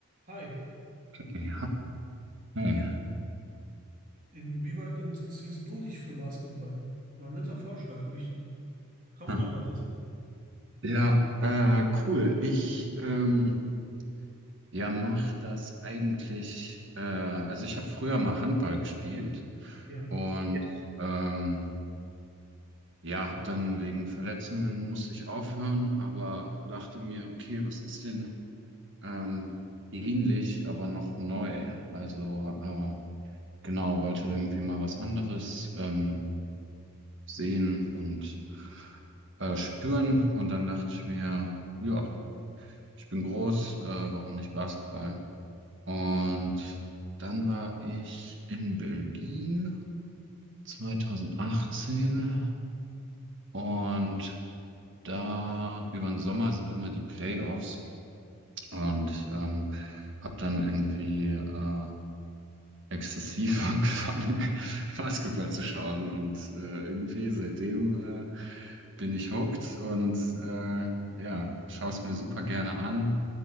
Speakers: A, on the right; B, on the right.
A: Hi,
B: Ja, hey.
A: inwieweit interessierst du dich für Basketball? War ein netter Vorschlag, habe ich kaum
B: Hm.
A: unerwartet.
B: Ja, äh, cool. Ich ähm, ja mach das eigentlich. Äh, also ich habe früher mal Handball gespielt
A: Ja.
B: und ähm, ja, habe dann wegen Verletzungen musste ich aufhören, aber dachte mir, okay, was ist denn ähm, ähnlich, aber noch neu? Also äh, genau, wollte irgendwie mal was anderes ähm, sehen und äh, spüren und dann dachte ich mir, ja. Ich bin groß, äh, warum nicht Basketball? Und dann war ich in Berlin 2018 und da über den Sommer sind immer die Playoffs und ähm, habe dann irgendwie äh, exzessiv <laughs> angefangen, Basketball zu schauen und äh, irgendwie seitdem äh, bin ich hooked und äh, ja, schaue es mir super gerne an.